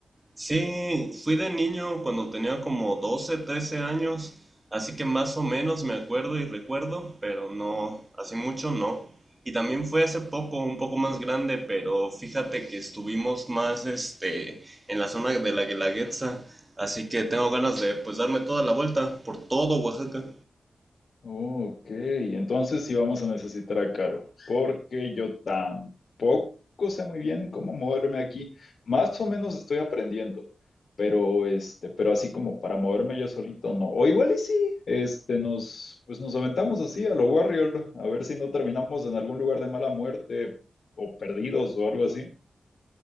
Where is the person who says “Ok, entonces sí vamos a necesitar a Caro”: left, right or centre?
Left